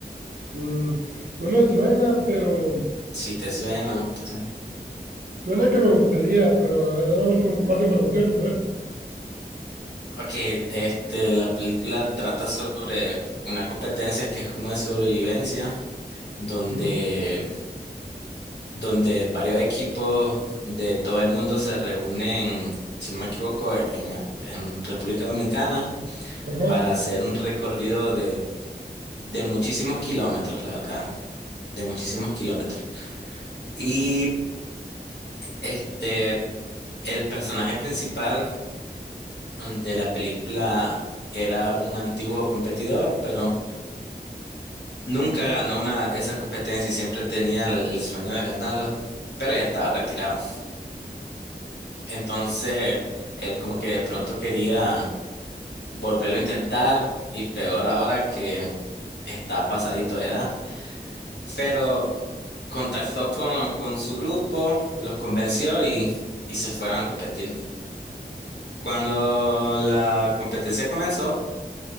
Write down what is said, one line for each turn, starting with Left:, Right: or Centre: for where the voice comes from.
Right: Mm, no me suena, pero
Left: si te
Right: su-
Left: suena o no te suena.
Right: suena que me gustaría, pero a ver, dame más, in- más información, a ver.
Left: Ok, este, la película trata sobre una competencia que es como de sobrevivencia, donde
Right: Ujú,
Left: donde varios equipos de todo el mundo se reúnen, si no me equivoco, en, en República Dominicana
Right: Ajá.
Left: para hacer un recorrido de, de muchísimos kilómetros, la verdad, de muchísimos kilómetros. Y este, el personaje principal de la película era un antiguo competidor, pero nunca ganó una, esa competencia y siempre tenía el, el sueño de ganarla, pero ya estaba retirado. Entonces, él como que de pronto quería volverlo a intentar y peor ahora que está pasadito de edad. Pero contactó con, con su grupo, los convenció y, y se fueron a competir. Cuando la competencia comenzó,